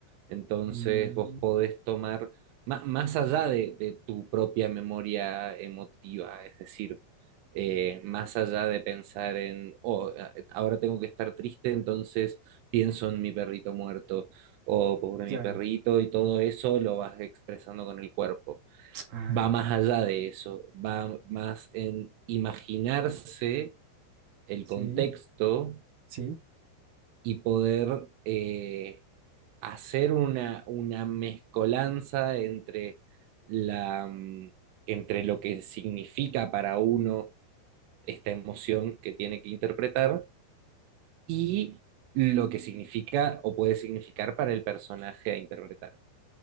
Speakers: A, on the right; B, on the right.
A: Entonces
B: Mm,
A: vos podés tomar, má- más, allá de, de tu propia memoria emotiva, es decir, eh, más allá de pensar en, oh, eh, ahora tengo que estar triste, entonces pienso en mi perrito muerto, o pobre mi
B: ya.
A: perrito, y todo eso lo vas expresando con el cuerpo.
B: <tsk> Ah,
A: Va más allá de eso, va más en imaginarse el
B: sí,
A: contexto
B: sí.
A: y poder eh, hacer una, una mezcolanza entre, la, mm, entre lo que significa para uno esta emoción que tiene que interpretar y lo que significa o puede significar para el personaje a interpretar.